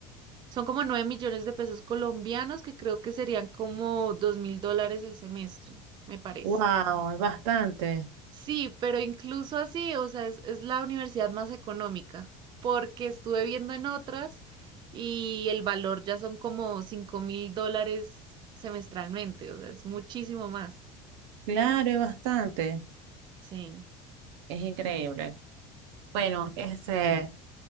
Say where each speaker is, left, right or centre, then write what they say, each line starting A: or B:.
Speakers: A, on the right; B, on the right.
A: son como 9 millones de pesos colombianos, que creo que serían como dos mil dólares el semestre, me parece.
B: Wow, es bastante.
A: Sí, pero incluso así, o sea, es, es la universidad más económica, porque estuve viendo en otras y el valor ya son como cinco mil dólares semestralmente, o sea, es muchísimo más.
B: Claro, es bastante.
A: Sí.
B: Es increíble. Bueno, este,